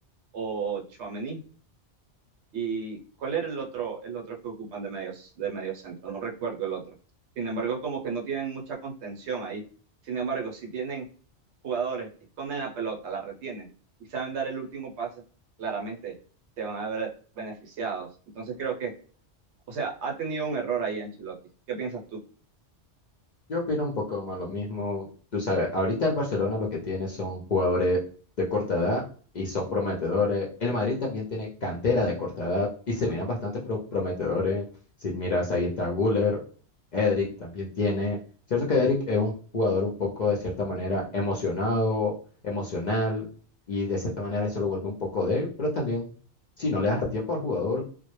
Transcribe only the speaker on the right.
o Tchouaméni. ¿Y cuál era el otro, el otro que ocupan de medios, de medio centro? No recuerdo el otro. Sin embargo, como que no tienen mucha contención ahí. Sin embargo, si tienen jugadores que esconden la pelota, la retienen y saben dar el último pase, claramente se van a ver beneficiados. Entonces creo que, o sea, ha tenido un error ahí Ancelotti. ¿Qué piensas tú?